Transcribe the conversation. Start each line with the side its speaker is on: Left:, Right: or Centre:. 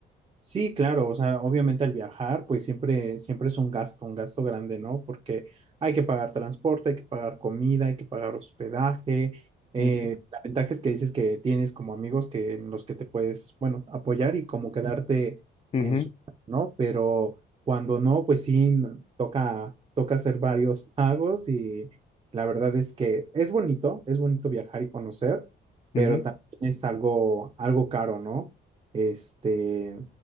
Right: Sí, claro, o sea, obviamente al viajar, pues siempre, siempre es un gasto, un gasto grande, ¿no? Porque hay que pagar transporte, hay que pagar comida, hay que pagar hospedaje. eh,
Left: Ujú,
Right: la ventaja es que dices que tienes como amigos que, en los que te puedes, bueno, apoyar y como quedarte
Left: ujú,
Right: en su, casa, ¿no? Pero cuando no, pues sí, toca, toca hacer varios pagos y la verdad es que es bonito, es bonito viajar y conocer, pero
Left: ujú.
Right: también es algo, algo caro, ¿no? Este,